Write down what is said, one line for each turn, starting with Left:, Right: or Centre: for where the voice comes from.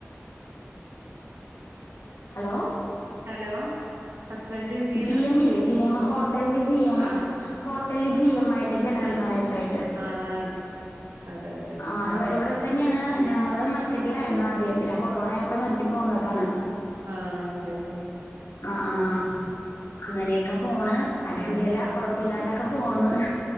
Left: ഹലോ.
Right: ഹലോ ഹസ്ബൻഡ് എന്ത് ചെയ്യണ്
Left: ജി എം ഇല്ലേ ജി എം ഹോട്ടലില് ജി എം
Right: ആഹ്
Left: ഹോട്ടലില് ജി എം ആയിട്ട് ജനറൽ മാനേജർ ആയിട്ട്
Right: ആഹ ആക്കോ അതെ <inaudible>
Left: ആ
Right: ആഹ്
Left: എവിടെ തന്നെയാണ് ഞങ്ങൾ മസ്ക്കറ്റിലായിരുന്നു ആദ്യം പിന്നെ കൊറോണായപ്പോ നിർത്തി പോകുന്നതാണ്
Right: ആഹ അതെെ <inaudible>
Left: ആ ആഹ അങ്ങനെയൊക്കെ പോണ് അൽഹംദുലില്ലാ കൊഴപ്പില്ലാതൊക്കെ പോന്ന്